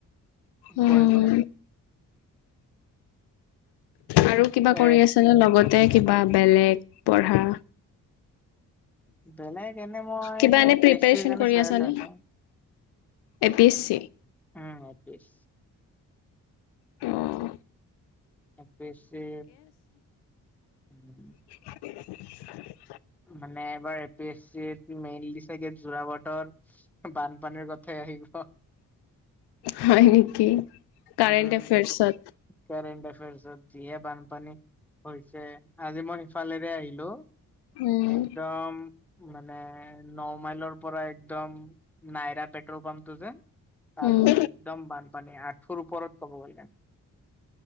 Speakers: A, on the left; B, in the centre.
A: উম,
B: কৰিব লাগি
A: আৰু কিবা কৰি
B: এ
A: আছে নে লগতে কিবা বেলেগ পঢ়া।
B: বেলেগ এনে মই
A: কিবা এনে
B: এ পি
A: প্ৰিপেৰেচন
B: এছ চিৰ কাৰণে
A: কৰি
B: চাই
A: আছা
B: চাই
A: নে?
B: চাওঁ
A: এ পি এছ চি।
B: উম এ পি এছ
A: উম।
B: A P S C. <unintelligible>
A: <inaudible>
B: মানে এবাৰ A P S C mainly চাগে যোৰাবাটৰ বানপানীৰ কথাই আহিব।
A: হয় নেকি। কাৰেণ্ট
B: উম।
A: এফেয়াৰ্চত
B: কাৰেণ্ট এফেয়াৰ্চত যিহে বানপানী হৈছে আজি মই সিফালেৰে আহিলোঁ।
A: উম,
B: একদম। মানে ন মাইলৰ পৰা একদম নাইৰা পেট্ৰল পাম্পটো যে। তালৈকে
A: উম,
B: একদম বানপানী আঁঠুৰ ওপৰত ক'ব গ'লে।